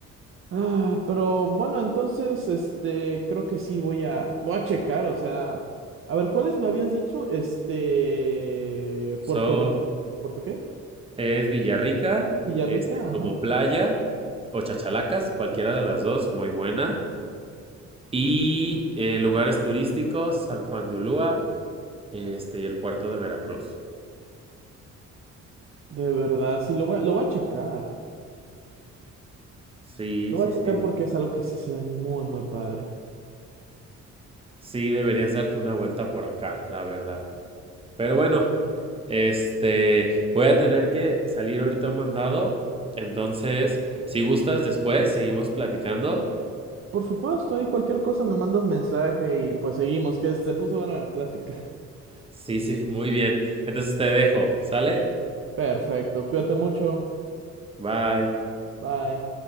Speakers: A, on the right; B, on the right.
A: Ah, pero bueno, entonces este creo que sí voy a voy a checar, o sea, a ver cuáles me habías dicho, este
B: So,
A: Puerto R- ¿Puerto qué?
B: es Villarrica,
A: Villarrica,
B: este como
A: ajá.
B: playa o Chachalacas, cualquiera de las dos, muy buena. Y eh, lugares turísticos, San Juan de Ulúa, este y el puerto de Veracruz.
A: De verdad, sí lo voy a, lo voy a checar.
B: Sí,
A: Lo
B: sí,
A: voy a checar
B: sí.
A: porque es algo que sí se ve muy muy padre.
B: Sí, deberías darte una vuelta por acá, la verdad. Pero bueno, este, voy a tener que salir ahorita a un mandado. Entonces, si gustas, después seguimos platicando.
A: Por supuesto, ahí cualquier cosa me mandas mensaje y pues seguimos, que se puso buena la plática.
B: Sí, sí, muy bien. Entonces te dejo, ¿sale?
A: Perfecto, cuídate mucho.
B: Bye.
A: Bye.